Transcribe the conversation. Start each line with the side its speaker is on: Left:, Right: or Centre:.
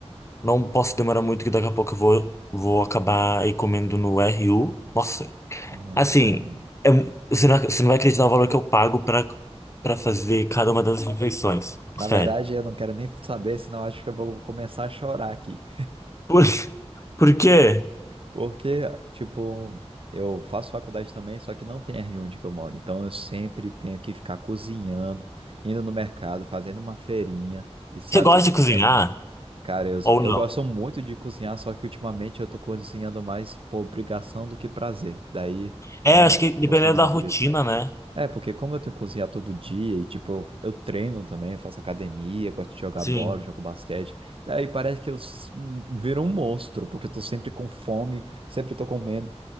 Left: não posso demorar muito que daqui a pouco eu vou vou acabar aí comendo no RU. Nossa,
Right: Nossa.
Left: Assim,
Right: é.
Left: é um- você não, ac- você não vai acreditar o valor que eu pago para para fazer cada uma das refeições.
Right: Na
Left: Sério.
Right: verdade, eu não quero nem saber, senão eu acho que eu vou começar a chorar aqui.
Left: Por, <laughs> por quê?
Right: Porque, tipo, eu faço faculdade também, só que não tem R um onde que eu moro. Então eu sempre tenho que ficar cozinhando, indo no mercado, fazendo uma feirinha e sabe,
Left: Você gosta de cozinhar
Right: tá dando- Cara, eu,
Left: ou
Right: eu
Left: não?
Right: gosto muito de cozinhar, só que ultimamente eu tô cozinhando mais por obrigação do que prazer. Daí
Left: É,
Right: eu não
Left: acho que dependendo
Right: gostando muito
Left: da rotina,
Right: disso.
Left: né?
Right: É, porque como eu tenho que cozinhar todo dia e, tipo, eu, eu treino também, faço academia, gosto de jogar
Left: Sim.
Right: bola, jogo basquete, daí parece que eu s- viro um monstro, porque eu tô sempre com fome, sempre tô comendo